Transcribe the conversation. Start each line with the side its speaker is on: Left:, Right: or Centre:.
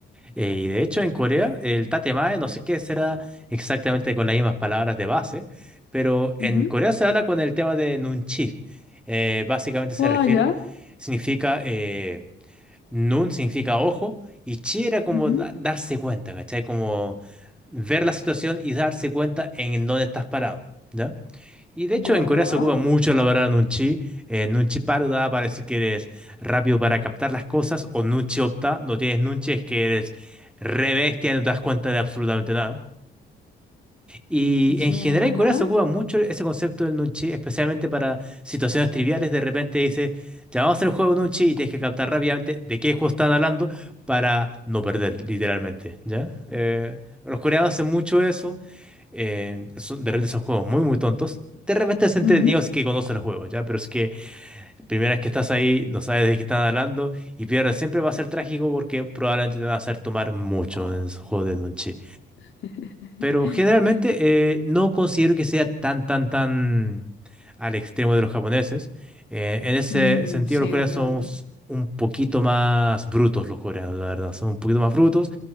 Centre: Eh, y de hecho, en Corea, el tatemae, no sé qué será exactamente con las mismas palabras de base, pero en
Left: Ujú.
Centre: Corea se habla con el tema de nunchi. Eh, básicamente se
Left: Guau,
Centre: refiere,
Left: ya.
Centre: significa, eh, nun significa ojo, y chi era como
Left: Ujú.
Centre: da- darse cuenta, ¿cachai? Como ver la situación y darse cuenta en dónde estás parado, ¿ya? Y de hecho
Left: Ya.
Centre: en Corea se ocupa mucho la palabra nunchi. Eh, nunchi paruda para decir que eres rápido para captar las cosas o nunchi opta. No tienes nunchi es que eres Rebestia, no te das cuenta de absolutamente nada. Y en
Left: Ya.
Centre: general en Corea se ocupa mucho ese concepto del nunchi, especialmente para situaciones triviales. De repente dice, ya vamos a hacer un juego de nunchi y tienes que captar rápidamente de qué juego están hablando para no perder, literalmente, ¿ya? Eh, los coreanos hacen mucho eso. eh, son- de repente son juegos muy, muy tontos. De repente es entretenido
Left: Ujú.
Centre: si es que conocen los juegos, ¿ya? Pero es que primera vez que estás ahí, no sabes de qué están hablando y pierdes. Siempre va a ser trágico porque probablemente te va a hacer tomar mucho en esos juegos de nunchi.
Left: <laughs>
Centre: Pero generalmente eh, no considero que sea tan, tan, tan al extremo de los japoneses. Eh, en ese
Left: Mm,
Centre: sentido,
Left: sí,
Centre: los coreanos
Left: completamente.
Centre: somos un poquito más brutos, los coreanos, la verdad. Son un poquito más brutos.